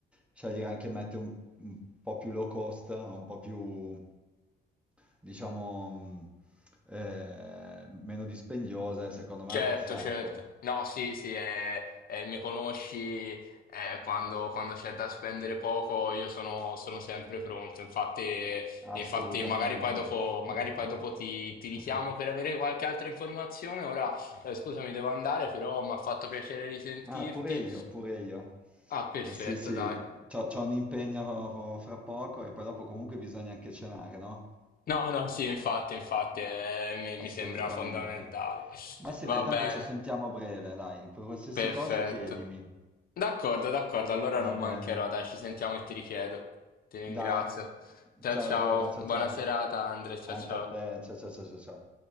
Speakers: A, in the centre; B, on the left (about 50°).
A: scegliere anche mete un, un po' più low cost, un po' più, diciamo, mh, eh, meno dispendiose, secondo me
B: Certo,
A: è perfetto.
B: certo. No, sì, sì, eh, eh, mi conosci, eh, quando, quando c'è da spendere poco io sono, sono sempre pronto. Infatti, infatti
A: Assolutamente.
B: magari poi dopo,
A: <laughs>
B: magari poi dopo ti, ti richiamo per avere qualche altra informazione. Ora, eh, scusami, devo andare, però mi ha fatto piacere risentirti.
A: Ah, pure io, pure io.
B: Ah, perfetto,
A: Eh, sì, sì,
B: dai.
A: c'ho, c'ho un impegno fra poco e poi dopo comunque bisogna anche cenare, no?
B: No, no, sì, infatti,
A: <laughs>
B: infatti, eh, mi
A: Assolutamente.
B: mi sembra fondamentale.
A: Ma sì,
B: Va
A: dai, tanto
B: bene,
A: ci sentiamo a breve, dai. Per qualsiasi
B: perfetto.
A: cosa chiedimi.
B: D'accordo, d'accordo, allora
A: Va
B: non
A: bene.
B: mancherò, dai, ci sentiamo e ti richiedo. Ti ringrazio.
A: Dai.
B: Ciao
A: Ciao
B: ciao,
A: Giova, ciao
B: buona
A: ciao.
B: serata Andre, ciao
A: Anche
B: ciao.
A: a te. Ciao ciao ciao ciao ciao.